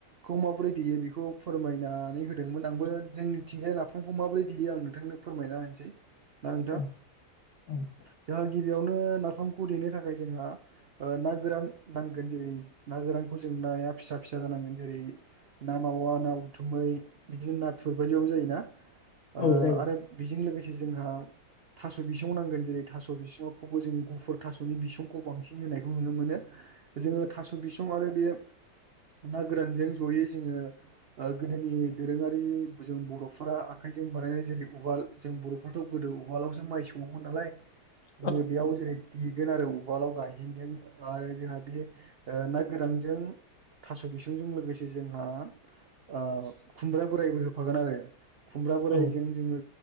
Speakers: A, on the right; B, on the left.
A: खौ माबोरै देयो बेखौ फोरमायनानै होदोंमोन आंबो जोंनिथिंजाय नाफामखौ माबोरै देयो आं नोंथांनो फोरमायना होनसै ना नोंथां।
B: औ औ
A: जोंहा गिबियावनो नाफामखौ देनो थाखाय जोंहा ओ ना गोरान नांगोन जेरै ना गोरानखौ जों नाया फिसा फिसा जानांगोन जेरै ना मावा ना बुथुमै बिदिनो नाथुर बायदिबाबो जायोना ओ
B: औ जायो
A: आरो बेजों लोगोसे जोंहा थास' बिसं नांगोन जेरै थास' बिसंखौबो जों गुफुर थास'नि बिसंखौ बांसिन होनायखौ नुनो मोनो।
B: <inaudible>
A: जोङो थास' बिसं आरो बे ना गोरानजों जयै जोङो ओ गोदोनि दोरोङारि जों बर'फोरा आखाइजों बानायनाय जेरै उवाल जों बर'फ्राथ' गोदो उवालावसो माइ सङोमोन नालाय।
B: <inaudible>
A: जोङो बेयाव जेरै देगोन आरो उवालाव गायहेनजों ओ जोंहा बे ओ ना गोरानजों थास' बिसंजों लोगोसे जोंहा ओ खुमब्रा बोरायबो होफागोन आरो खुमब्रा बोराइजों
B: औ
A: जोङो